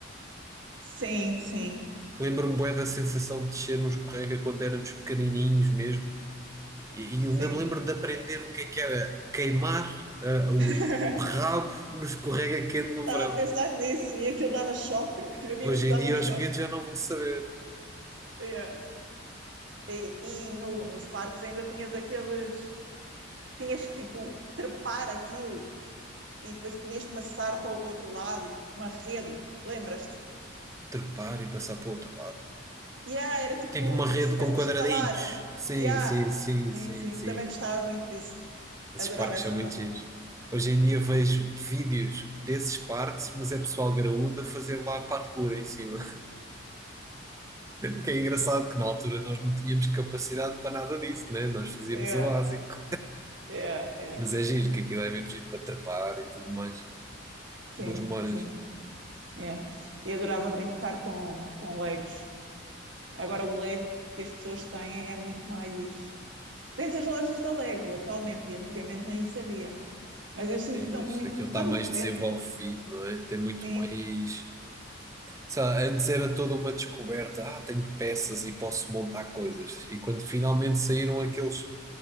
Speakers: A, on the right; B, on the right.
A: Sim, sim.
B: Lembro-me bem da sensação de descer um escorrega quando éramos pequenininhos mesmo. E, e ainda
A: Sim.
B: me lembro de aprender o que é que era queimar ah, o,
A: <laughs>
B: o rabo no escorrega quente no verão.
A: Estava a pensar nisso e aquilo dava choque. <laughs> Havia
B: Hoje
A: uns que
B: em
A: davam
B: dia
A: uns
B: os
A: toques.
B: miúdos já não vão saber
A: Yeah. E, e no- nos parques ainda tinhas aqueles. Tinhas que, tipo, trepar aquilo e depois podias passar para o outro lado, tipo uma rede. Lembras-te?
B: trepar e passar para o outro lado.
A: Yeah, era tipo
B: Tipo uma rede
A: como se estivesse
B: com quadradinhos.
A: a escalar.
B: Sim,
A: Yeah.
B: sim, sim,
A: Sim,
B: sim,
A: sim.
B: sim.
A: Também gostava muito disso.
B: Esses
A: Adorava
B: parques
A: essa
B: são muito
A: parte.
B: giros. Hoje em dia vejo vídeos desses parques, mas é pessoal graúdo a fazer lá parkour em cima. Que é engraçado que na altura nós não tínhamos capacidade para nada disso, né? Nós fazíamos
A: Yeah,
B: o básico.
A: yeah, yeah.
B: Mas é giro, que aquilo é mesmo giro para trepar e tudo mais.
A: Sim,
B: Boas memórias.
A: sim. Yeah. E adorava brincar com, com Legos. Agora, o Lego que as pessoas têm é muito mais. Tens as lojas da Lego atualmente e antigamente nem isso havia. Mas eu sinto
B: Sim,
A: que estão
B: mas
A: muito.
B: aquilo
A: Está
B: está mais
A: diferente.
B: desenvolvido, não é? Tem muito
A: Sim.
B: mais. Sei lá, antes era toda uma descoberta. Ah, tenho peças e posso montar coisas. E quando finalmente saíram aqueles